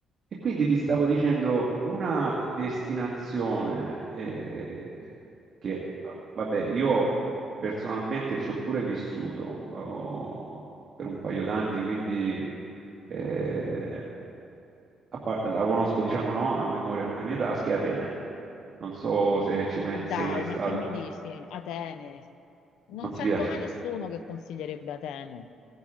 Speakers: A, on the right; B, on the left.
A: E quindi ti stavo dicendo una destinazione eh, che, eh, vabbè, io personalmente ci ho pure vissuto oh, per un paio d'anni, quindi eh, a par- la conosco, diciamo, no, a memoria come le mie tasche, Atene. Non so se ci mai-
B: Ma Dai,
A: sei mai stata,
B: ma che mi dici? Atene. Non
A: non ti
B: sento
A: piace?
B: mai nessuno che consiglierebbe Atene.